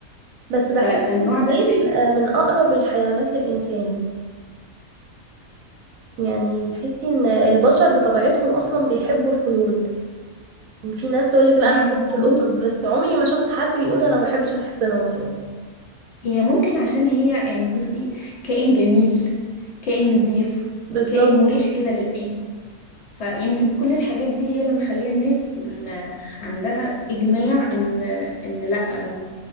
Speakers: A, on the right; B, on the left.
A: بس
B: ف...
A: بحس
B: فالنوع
A: إن الخيل
B: ده
A: آه، من أقرب الحيوانات للإنسان يعني تحسي إن البشر بطبيعتهم أصلا بيحبوا الخيول في ناس تقولك لا
B: يعني
A: أنا ما بحبش
B: هو
A: القطط بس عمري ما شفت حد بيقول أنا ما بحبش الحصنة مثلا
B: هي ممكن عشان هي يعني بصي كائن جميل كائن نظيف
A: بالظبط
B: كائن مريح كده للعين فيمكن كل الحاجات دي هي اللي مخلية الناس ما عندها إجماع إن إن لأ